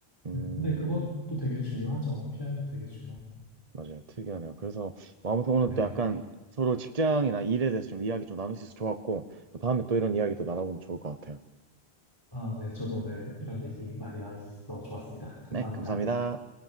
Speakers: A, on the right; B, on the left.
A: 음,
B: 네, 근데 그것도 되게 중요하죠. PR도 되게 중요하고.
A: 맞아요. 특이하네요. 그래서, 뭐 아무튼 오늘
B: 네.
A: 또 약간 서로 직장이나 일에 대해서 좀 이야기 좀 나눌 수 있어서 좋았고, 또 다음에 또 이런 이야기도 나눠보면 좋을 것 같아요.
B: 아, 네. 저도 오늘 이런 얘기 많이 나눠서 좋았습니다. 감사합니다.
A: 네, 감사합니다.